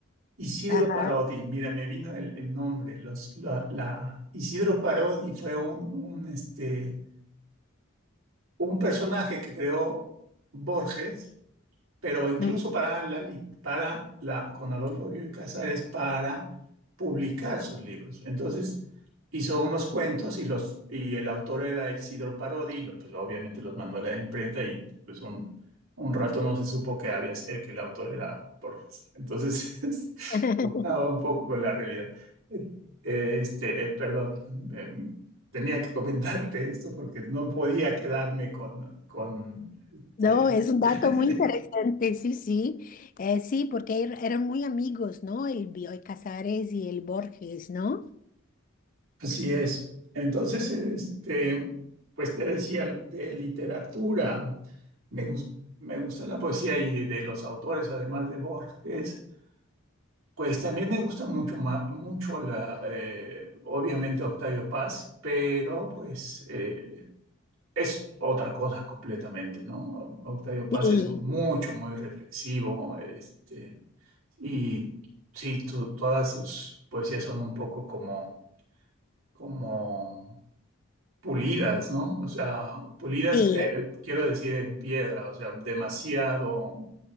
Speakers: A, on the right; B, on the left.
A: Isidro
B: ajá.
A: Parodi, mira, me vino el, el nombre. Los, la, la- Isidro Parodi fue un, un, este, un personaje que creó Borges pero incluso
B: ujú.
A: para la, li- para la, con Adolfo Bioy Casares, para publicar sus libros. Entonces hizo unos cuentos y los, y el autor era Isidro Parodi, y lo- pues obviamente los mandó a la imprenta y pues un, un rato no se supo que había, eh, que el autor era Borges. Entonces
B: <laughs>
A: <laughs> juntaba un poco con la realidad. Eh, Este, eh, perdón, me- tenía que comentarte esto porque no podía quedarme con, con este,
B: No, es un dato
A: <laughs>
B: muy interesante, sí, sí. Eh, sí, porque er- eran muy amigos, ¿no? El Bioy Casares y el Borges, ¿no?
A: Así es. Entonces, este, pues te decía, de literatura, me gus- me gusta la poesía y de, de los autores, además de Borges, pues también me gusta mucho, ma- mucho la, eh, obviamente Octavio Paz, pero pues eh, es otra cosa completamente, ¿no? Octavio Paz
B: Sí,
A: es mucho, muy reflexivo, este, y sí, tu- todas sus poesías son un poco como, como pulidas, ¿no? O sea, pulidas,
B: sí.
A: eh, quiero decir en piedra, o sea, demasiado,